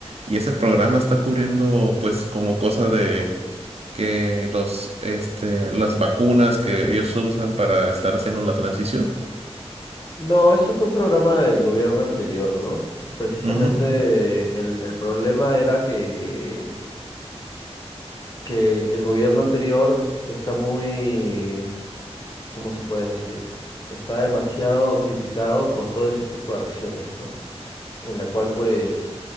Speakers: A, on the right; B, on the left.
A: Y ese programa está cubriendo, pues, como cosas de que los, este, las vacunas que ellos usan para estar haciendo la transición.
B: No, eso fue un programa del gobierno anterior, ¿no? Precisamente
A: Ujú,
B: el, el problema era que, que el gobierno anterior está muy, ¿cómo se puede decir? Está demasiado criticado por todo ese tipo de acciones, ¿no? En la cual pues